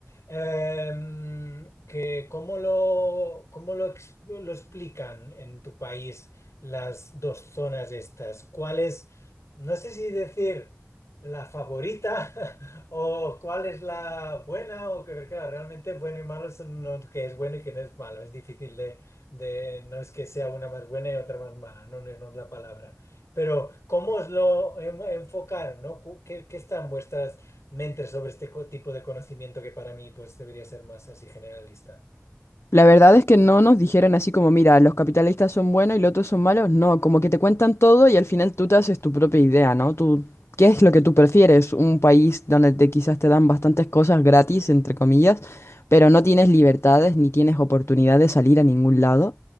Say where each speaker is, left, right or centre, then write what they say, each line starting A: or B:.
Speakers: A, on the left; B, on the left.
A: Em, que cómo lo, cómo lo, ex- lo explican en tu país las dos zonas estas. ¿Cuál es, no sé si decir la favorita <laughs> o cuál es la buena o que claro, realmente bueno y malo son no, que es bueno y que no es malo. Es difícil de, de- no es que sea una más buena y otra más mala, no, no, no es la palabra. Pero ¿cómo os lo en- enfocaron, no? Cu- ¿Qué, qué están vuestras me entre sobre este co- tipo de conocimiento que para mí pues debería ser más así generalista.
B: La verdad es que no nos dijeron así como, mira, los capitalistas son buenos y los otros son malos. No, como que te cuentan todo y al final tú te haces tu propia idea, ¿no? Tú, ¿qué es lo que tú prefieres? Un país donde te, quizás te dan bastantes cosas gratis, entre comillas, pero no tienes libertades ni tienes oportunidad de salir a ningún lado.